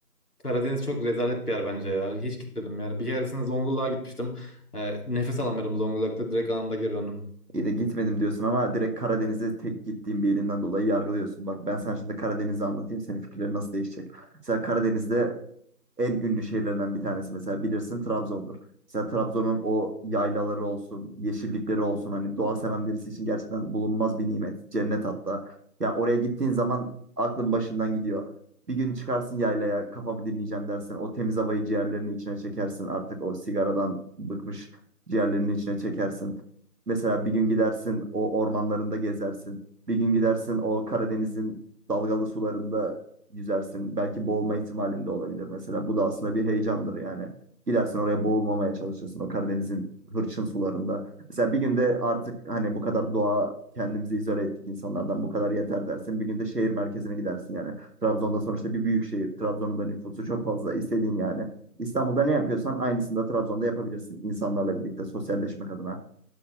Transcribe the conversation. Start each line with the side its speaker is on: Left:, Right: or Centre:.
Left: Karadeniz çok rezalet bir yer bence ya. Hiç gitmedim yani. Bir keresinde Zonguldak'a gitmiştim. E, nefes alamıyordum Zonguldak'ta. Direkt anında geri döndüm.
Right: İyi de gitmedim diyorsun ama direkt Karadeniz'e tek gittiğim bir ilinden dolayı yargılıyorsun. Bak ben sana şimdi Karadeniz'i anlatayım senin fikirlerin nasıl değişecek. Mesela Karadeniz'de en ünlü şehirlerinden bir tanesi mesela bilirsin Trabzon'dur. Mesela Trabzon'un o yaylaları olsun, yeşillikleri olsun hani doğa seven birisi için gerçekten bulunmaz bir nimet, cennet hatta. Ya oraya gittiğin zaman aklın başından gidiyor. Bir gün çıkarsın yaylaya, kafamı dinleyeceğim dersin. O temiz havayı ciğerlerinin içine çekersin. Artık o sigaradan bıkmış ciğerlerinin içine çekersin. Mesela bir gün gidersin o ormanlarında gezersin. Bir gün gidersin o Karadeniz'in dalgalı sularında yüzersin. Belki boğulma ihtimalin de olabilir mesela. Bu da aslında bir heyecandır yani. Gidersin oraya boğulmamaya çalışırsın o Karadeniz'in hırçın sularında. Mesela bir günde artık hani bu kadar doğa kendimizi izole ettik insanlardan bu kadar yeter dersin. Bir günde şehir merkezine gidersin yani. Trabzon'da sonuçta bir büyük şehir. Trabzon'un da nüfusu çok fazla istediğin yani. İstanbul'da ne yapıyorsan aynısını da Trabzon'da yapabilirsin insanlarla birlikte sosyalleşmek adına.